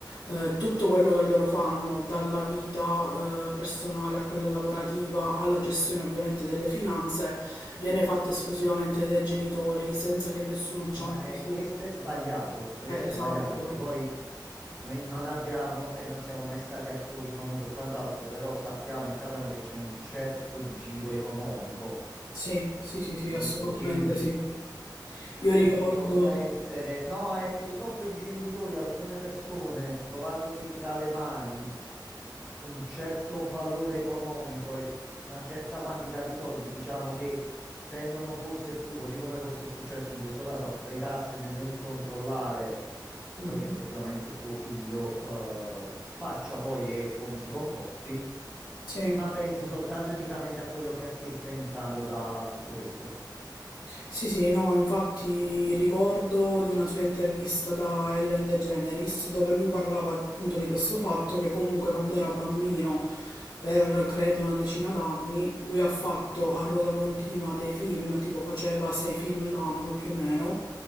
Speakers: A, on the left; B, in the centre.
A: eh, tutto quello che loro fanno, dalla vita, eh, personale a quella lavorativa, alla gestione ovviamente delle finanze, viene fatta esclusivamente dai genitori, senza che nessuno, diciamo
B: No, eh,
A: così...
B: questo è sbagliato, questo
A: Eh,
B: è
A: esatto.
B: sbagliato perché poi noi non abbiamo e non siamo mai stati attori famosi o quant'altro, però sappiamo e capiamo che c'è un certo giro economico
A: Sì, sì, sì, sì,
B: dietro,
A: assolutamente
B: quindi
A: sì.
B: per
A: Io
B: quanto
A: ricordo
B: tu possa essere, no, è purtroppo
A: sì,
B: i genitori, alcune persone, trovandosi tra le mani un certo valore economico e una certa quantità di soldi, diciamo che tendono forse più, così come forse è successo in questo caso, a fregarsene nel controllare quello
A: mh-mh,
B: che effettivamente tuo figlio eh, faccia poi e come si comporti,
A: sì.
B: ma pensi soltanto e unicamente a quello che a te sta entrando da tutto questo.
A: Sì, sì, no, infatti ricordo di una sua intervista da Ellen DeGeneres dove lui parlava appunto di questo fatto che comunque quando era bambino, per credo una decina d'anni, lui ha fatto a ruota continua dei film, tipo faceva sei film l'anno più o meno,